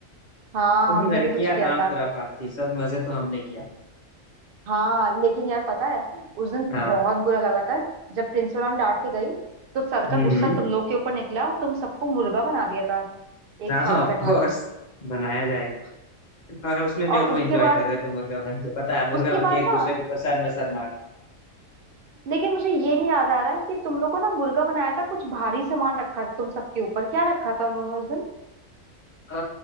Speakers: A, on the right; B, on the left.
A: हाँ
B: तुम
A: हमने
B: लड़कियां
A: भी कुछ किया
B: कहाँ
A: था
B: खुराफात थी सब मजे तो हमने किया
A: हाँ लेकिन यार पता है उस दिन
B: हाँ
A: बहुत बुरा लगा था जब प्रिंसिपल मैम डांट के गई तो सर
B: हम्म
A: का गुस्सा
B: हम्म,
A: तुम लोग के ऊपर निकला तुम सबको मुर्गा बना दिया था एक
B: हाँ
A: साथ
B: ऑफ
A: बैठा
B: कोर्स
A: के
B: बनाया जाएगा और उसमें भी
A: और
B: हम लोग
A: उसके
B: एंजॉय
A: बाद
B: कर रहे थे मुर्गा बन के पता है मुर्गा
A: उसके
B: बन
A: बाद
B: के एक
A: ना
B: दूसरे के ऊपर सर में सर मार
A: लेकिन मुझे ये नहीं याद आ रहा है कि तुम लोग को ना मुर्गा बनाया था कुछ भारी सामान रखा था तुम सबके ऊपर क्या रखा था उन्होंने उस दिन
B: आ,